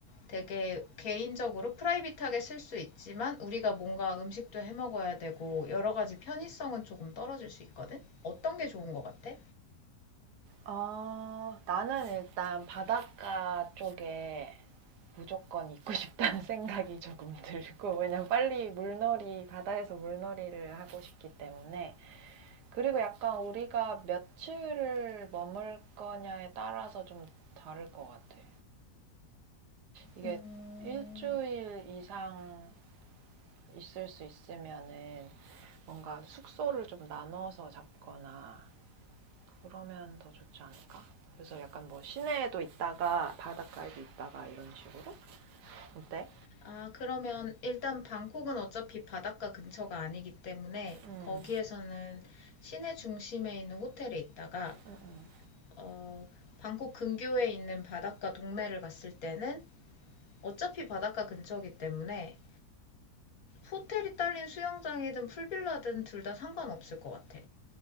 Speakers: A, on the left; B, on the right.
A: 되게 개인적으로 프라이빗하게 쓸 수 있지만 우리가 뭔가 음식도 해 먹어야 되고 여러 가지 편의성은 조금 떨어질 수 있거든. 어떤 게 좋은 것 같아?
B: 어, 나는 일단 바닷가 쪽에 무조건 있고 <laughs> 싶다는 생각이 조금 들고 왜냐면 빨리 물놀이 바다에서 물놀이를 하고 싶기 때문에 그리고 약간 우리가 며칠을 머물 거냐에 따라서 좀 다를 것 같아. 이게
A: 음,
B: 일주일 이상 있을 수 있으면은 뭔가 숙소를 좀 나눠서 잡거나 그러면 더 좋지 않을까? 그래서 약간 뭐 시내에도 있다가 바닷가에도 있다가 이런 식으로 어때?
A: 아, 그러면 일단 방콕은 어차피 바닷가 근처가 아니기 때문에
B: 음,
A: 거기에서는 시내 중심에 있는 호텔에 있다가
B: 음, 음,
A: 어, 방콕 근교에 있는 바닷가 동네를 갔을 때는 어차피 바닷가 근처이기 때문에 호텔이 딸린 수영장이든 풀빌라든 둘 다 상관없을 것 같아.